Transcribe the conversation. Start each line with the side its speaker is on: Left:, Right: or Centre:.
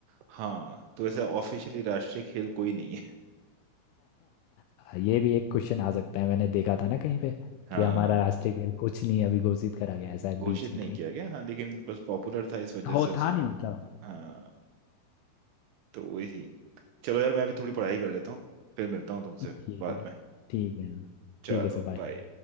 Right: हाँ तो ऐसे ऑफिशियली राष्ट्रीय खेल कोई नहीं
Left: <laughs> ये भी एक क्वेश्चन आ सकता है मैंने देखा था ना कहीं पे
Right: हाँ
Left: कि हमारा राष्ट्रीय खेल कुछ नहीं अभी घोषित करा गया है शायद
Right: घोषित
Left: बीच में
Right: नहीं
Left: कहीं
Right: किया गया हाँ लेकिन बस पॉपुलर था इस वजह
Left: हो
Right: से उसको
Left: था नहीं मतलब
Right: हाँ तो वही थी चलो यार मैं अभी थोड़ी पढ़ाई कर लेता हूँ फिर मिलता हूँ तुमसे
Left: ठीक
Right: बाद
Left: है
Right: में
Left: ठीक है
Right: चलो
Left: ठीक है सर bye।
Right: बाय